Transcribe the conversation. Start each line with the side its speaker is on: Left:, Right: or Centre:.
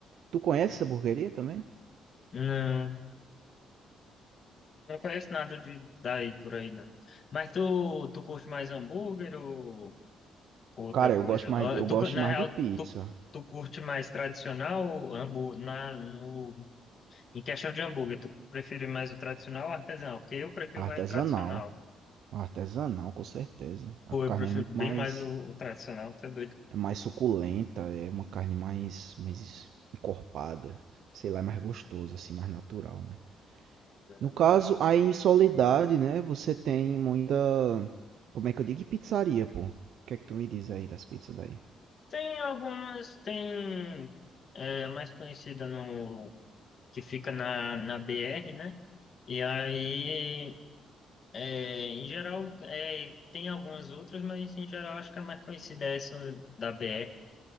Right: Tu conhece
Left: Aham.
Right: essa burgueria também?
Left: Não, não conheço nada de daí por aí, não. Mas tu, tu curte mais hambúrguer ou outra
Right: Cara,
Left: coisa?
Right: eu gosto mais,
Left: Ah,
Right: de- eu
Left: Tu,
Right: gosto
Left: cu- na
Right: mais
Left: real,
Right: de pizza
Left: tu, tu curte mais tradicional ou hambúrguer, na, no Em questão de hambúrguer, tu prefere mais o tradicional ou o artesanal? Porque eu prefiro
Right: artesanal.
Left: mais o tradicional.
Right: Artesanal, com certeza. A
Left: Pô,
Right: carne
Left: eu prefiro
Right: é muito
Left: bem
Right: mais,
Left: mais o, o tradicional, tá doido.
Right: é mais suculenta, é uma carne mais, mais encorpada, sei lá, é mais gostosa assim, mais natural, né?
Left: velho.
Right: No caso, aí em Soledade, né, você tem muita, como é que eu digo, pizzaria, pô. O que é que tu me diz aí das pizzas daí?
Left: Tem algumas, tem é, a mais conhecida no que fica na, na BR, né? E aí, é, em geral, é, tem algumas outras, mas em geral acho que a mais conhecida é essa da BR.